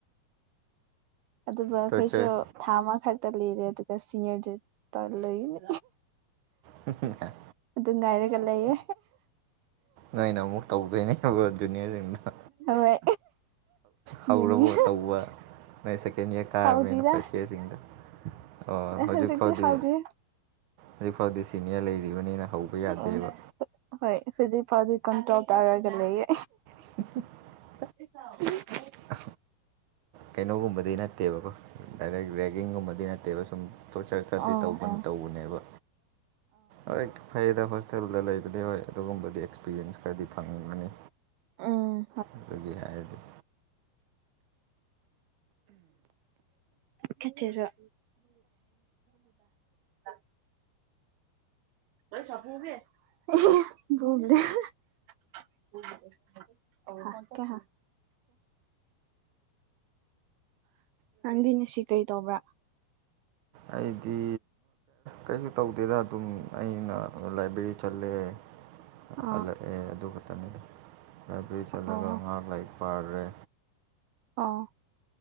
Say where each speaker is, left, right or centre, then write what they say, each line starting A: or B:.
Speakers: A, on the right; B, on the right.
A: ꯑꯗꯨꯒ ꯑꯩꯈꯣꯏꯁꯨ
B: ꯇꯣꯔꯆꯔ
A: ꯊꯥ ꯑꯃꯈꯛꯇ ꯂꯩꯔꯦ ꯑꯗꯨꯒ ꯁꯤꯅꯤꯌꯔꯁꯨ ꯂꯩꯅꯤ
B: ꯍ ꯍ ꯍ
A: ꯑꯗꯨ ꯉꯥꯏꯔꯒ ꯂꯩꯌꯦ
B: ꯅꯣꯏꯅ ꯑꯃꯨꯛ ꯇꯧꯗꯣꯏꯅꯦꯕ ꯑꯗꯨꯗꯨꯅꯤꯌꯥꯁꯤꯡꯗ
A: ꯍꯣꯏ
B: ꯍꯧꯔꯕꯣ
A: ꯑꯗꯨꯅꯤ
B: ꯇꯧꯕ ꯅꯣꯏ ꯁꯦꯀꯦꯟ ꯏꯌꯥꯔ ꯀꯥꯔꯕꯕꯅꯤꯅ
A: ꯍꯥꯎꯗ꯭ꯔꯤꯗ
B: ꯐꯥꯔꯁ ꯏꯌꯥꯔꯁꯤꯡꯗ ꯑꯣ ꯍꯧꯖꯤꯛ
A: ꯍꯧꯖꯤꯛꯇꯤ
B: ꯐꯥꯎꯗꯤ
A: ꯍꯥꯎꯗ꯭ꯔꯤ
B: ꯍꯧꯖꯤꯛ ꯐꯥꯎꯗꯤ ꯁꯤꯅꯤꯌꯔ ꯂꯩꯔꯤꯕꯅꯤꯅ ꯍꯧꯕ ꯌꯥꯗꯦꯕ
A: ꯑꯣ ꯍꯣꯏ ꯍꯧꯖꯤꯛ ꯐꯖꯤꯛ ꯀꯟꯇ꯭ꯔꯣꯜ ꯇꯥꯔꯒ ꯂꯩꯌꯦ
B: ꯍ <unintelligible>
A: ꯆꯥꯎ <unintelligible>
B: ꯑ ꯀꯩꯅꯣꯒꯨꯝꯕꯗꯤ ꯅꯠꯇꯦꯕꯀꯣ ꯗꯥꯏꯔꯦꯛ ꯔꯦꯒꯤꯡꯒꯨꯝꯕꯗꯤ ꯅꯠꯇꯦꯕ ꯁꯨꯝ ꯇꯣꯔꯆꯔ ꯈꯔꯗꯤ
A: ꯑ
B: ꯇꯧꯕ
A: ꯑ
B: ꯇꯧꯕꯅꯦꯕ ꯍꯣꯏ ꯐꯩꯗ ꯍꯣꯁꯇꯦꯜꯗ ꯂꯩꯕꯗꯤ ꯍꯣꯏ ꯑꯗꯨꯒꯨꯝꯕꯒꯤ ꯑꯦꯛꯁꯄꯤꯔꯤꯟꯁ ꯈꯔꯗꯤ ꯐꯪꯒꯅꯤ
A: ꯎꯝ
B: ꯑꯗꯨꯒꯤ ꯍꯥꯏꯔꯗꯤ
A: ꯀꯦꯆꯦꯔꯗ <unintelligible> ꯗ <unintelligible> ꯑ ꯀ <unintelligible> ꯅꯪꯗꯤ ꯅ ꯁꯤ ꯀꯩ ꯇꯧꯕ꯭ꯔꯥ
B: ꯑꯩꯗꯤ ꯀꯩꯁꯨ ꯇꯧꯗꯦꯗ ꯑꯗꯨꯝ ꯑꯩꯅ ꯂꯥꯏꯕ꯭ꯔꯦꯔꯤ ꯆꯠꯂꯛꯑꯦ
A: ꯑꯥ
B: ꯍꯜꯂꯛꯑꯦ ꯑꯗꯨ ꯈꯛꯇꯅꯤꯗ ꯂꯥꯏꯕ꯭ꯔꯦꯔꯤ ꯆꯠꯂꯒ
A: ꯑꯣ
B: ꯉꯥꯏꯍꯥꯛ ꯂꯥꯏꯛ ꯄꯔꯦ
A: ꯑꯥ